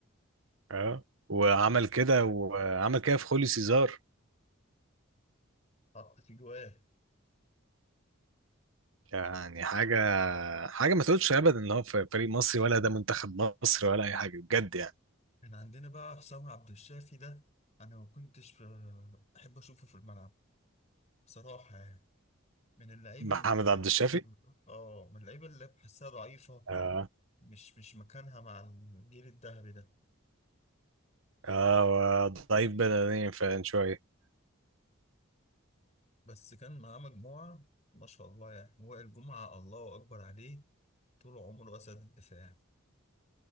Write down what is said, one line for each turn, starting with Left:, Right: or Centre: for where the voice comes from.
Right: اه وعمل كده وعمل كده في خوليو سيزار
Left: حط في جواه
Right: يعني حاجة حاجة ما تقولش أبدا إن هو في فريق مصري ولا ده منتخب مصر ولا أي حاجة بجد يعني
Left: كان عندنا بقى حسام عبد الشافي ده انا ما كنتش آه، احب اشوفه في الملعب بصراحه يعني من اللعيبه
Right: محمد
Left: اللي كانت
Right: عبد الشافي
Left: اه من اللعيبه اللي بحسها ضعيفه
Right: اه
Left: مش مش مكانها مع الجيل الذهبي ده
Right: اه ضعيف بدنيا فعلا شوية
Left: بس كان معاه مجموعه ما شاء الله يعني وائل جمعه الله اكبر عليه طول عمره اسد الدفاع